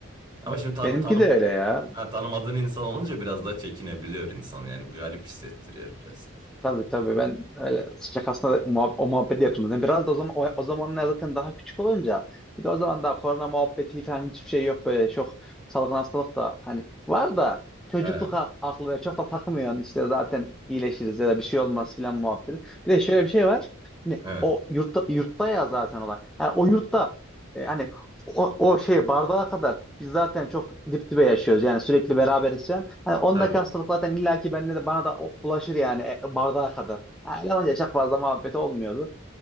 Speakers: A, on the right; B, in the centre.
A: Ama
B: Be-
A: şimdi tan
B: Benimki
A: tanı
B: de öyle ya.
A: ha, tanımadığın insan olunca biraz daha çekinebiliyor insan yani. Garip hissettiriyor biraz.
B: Tabii tabii ben öyle şakasına da muhab o muhabbeti yapıldı. Yani Biraz da o zaman o, o zamanlar zaten daha küçük olunca bir de o zaman daha korona muhabbeti falan hiçbir şey yok böyle çok salgın hastalık da hani var da çocukluk
A: He,
B: ak- aklı ve çok da takmıyorsun işte zaten iyileşiriz ya da bir şey olmaz filan muhabbeti. Bir de şöyle bir şey var. Hani
A: he,
B: o yurtta, yurtta ya zaten olay. Ha, o yurtta e, hani o, o şeye bardağa kadar biz zaten çok dip dibe yaşıyoruz yani sürekli beraberiz falan. Hani ondaki
A: tabii.
B: hastalık zaten illaki bende de bana da o- bulaşır yani e, bardağa kadar. Ha, Öyle olunca çok fazla muhabbet olmuyordu.